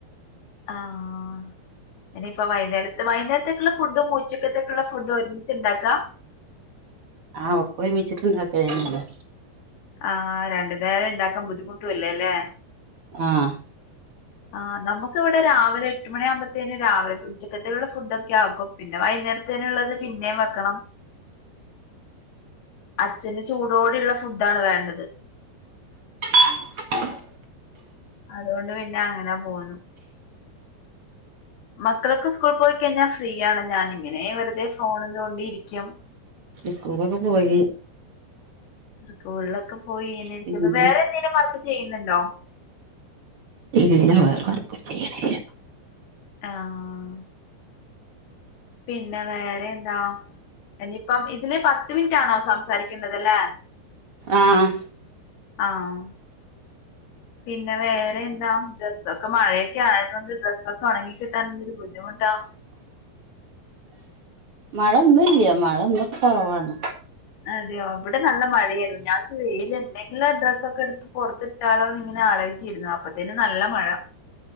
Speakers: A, on the left; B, on the right.
A: ആഹ് ഇനിപ്പോ വൈനേരത്ത് വൈനേരത്തേക്കുള്ള ഫുഡും ഉച്ചക്കത്തേക്കുള്ള ഫുഡും ഒരുമിച്ചുണ്ടാക്കാ
B: ആഹ് ഒക്ക ഒരുമിച്ചിട്ടുണ്ടാക്കലെന്നെ ല്ലേ
A: ആഹ് രണ്ടു നേരം ഇണ്ടാക്കാൻ ബുദ്ധിമുട്ടും അല്ലേലേ
B: ആഹ്
A: ആ നമുക്ക്‌ ഇവിടെ രാവിലെ എട്ടുമ മണിയ ആമ്പഴത്തേന് രാവിലെ ഉച്ചക്കെത്തുള്ള ഫുഡ്ഒക്കെ ആക്കും പിന്നെ വൈകുന്നേരത്തേനുള്ളത് പിന്നേം വെക്കണം അച്ഛന് ചൂടോടെ ഇള്ള ഫുഡാണ് വേണ്ടത്
B: <unintelligible>
A: അതുകൊണ്ട് പിന്നെ അങ്ങനെ പോന്നു മക്കളൊക്കെ സ്കൂൾ പോയി കഴിഞ്ഞാ ഫ്രീയാണ് ഞാൻ ഇങ്ങനെ വെറുതെ ഫോണും തോണ്ടി ഇരിക്കും
B: സ്കൂൾക്കൊക്കെപോയി
A: സ്കൂളിലൊക്കെ പോയി ഇങ്ങനെ ഇരിക്കുന്നു
B: പിന്നെ
A: വേറെ എന്തെലും വർക്ക് ചെയ്യുന്നുണ്ടോ
B: ഇല്ലാ വേറെ വർക്കും ചെയ്യണില്ല
A: ആഹ്. പിന്നെ വേറെ എന്താ ഇനിയിപ്പം ഇതില് പത്ത് മിനിറ്റ് ആണോ സംസാരിക്കേണ്ടത് ല്ലേ
B: ആഹ്
A: ആഹ് പിന്നെ വേറെ എന്താ ഡ്രസ്ഒക്കെ മഴയൊക്കെ ആയത് കൊണ്ട് ഡ്രസ്സൊക്കെ ഒണങ്ങി കിട്ടാൻ എന്തൊരു ബുദ്ധിമുട്ടാ
B: മഴ ഇന്നില്ല്യ മഴ ഇന്ന് ഒക്കെ കൊറവാണ്
A: അതെയോ ഇവിടെ നല്ല മഴയായിരുന്നു ഞാവെച്ച് വെയില് ഇണ്ടെങ്കില് ഡ്രസ്സൊക്കെ എടുത്ത് പോറത്തി ട്ടാലോന്ന് ഇങ്ങനെ ആലോചിച്ചിരുന്നു അപ്പത്തെനും നല്ല മഴ